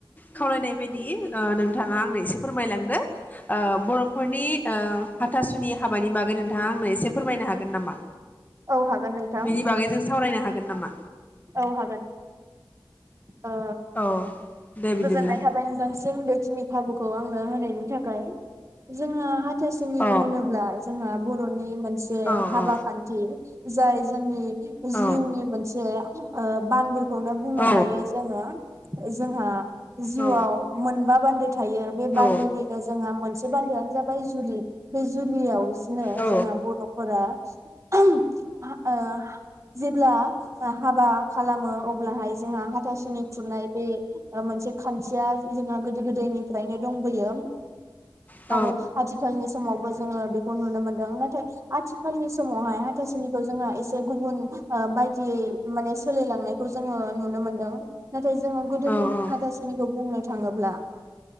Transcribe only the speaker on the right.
औ हागोन नोंथां
औ हागोन। ओ
गोजोननाय थाबाय नोंथांसिम बेखिनि खाबुखौ आंनो होनायनि <unintelligible> जोङो हाथासुनि
होनोब्ला जोंहा बर'नि मोनसे
हाबा
खान्थि जाय जोंनि
जिउनि मोनसे ओ बान्दो खौनो बुंनो
हायो। <unintelligible> जोंहा जिउआव
मोनबा बान्दो थायो बे बानदोनिनो
जोंहा मोन मोनसे बान्दोआनो जाबाय जुलि बे जुलियाव बिदिनो
जोंहा बर'फोरा <inaudible> औ जेब्ला हाबा खालामो अब्लाहाय जोंहा हाथासुनि खुरनाय बे मोनसे खान्थिया जोंहा गोदो गोदायनिफ्रायनो। दंबोयो
आरो आथिखालनि समावबो जोङो बेखौ नुनो मोन्दों नाथाय आथिखालनि समावहाय हाथासुनिखौ जोंहा एसे गुबुन बायदियै माने सोलायलांनायखौ जोङो नुनो मोनदों नाथाय जोङो गोदोनि
हाथासनिखौ बुंनो थाङोब्ला